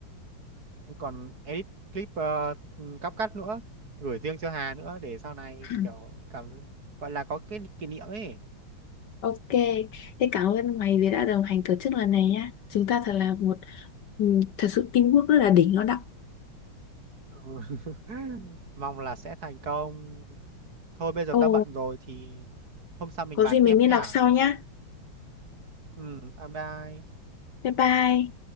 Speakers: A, on the right; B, on the left.
A: còn edit clip ờ, cắp cắt nữa gửi riêng cho Hà nữa để sau này
B: <laughs>
A: kiểu cảm gọi là có cái kỷ niệm ấy
B: Ok Thế cảm ơn mày vì đã đồng hành tổ chức lần này nhá Chúng ta thật là một ừ, Thật sự teamwork rất là đỉnh nó đậm
A: Ừ. <laughs> mong là sẽ thành công thôi bây giờ
B: Ồ
A: ta bận rồi thì hôm sau mình
B: có
A: bàn
B: gì mình
A: tiếp
B: liên
A: nhá
B: lạc sau nhá
A: ừ bye bye
B: Bye bye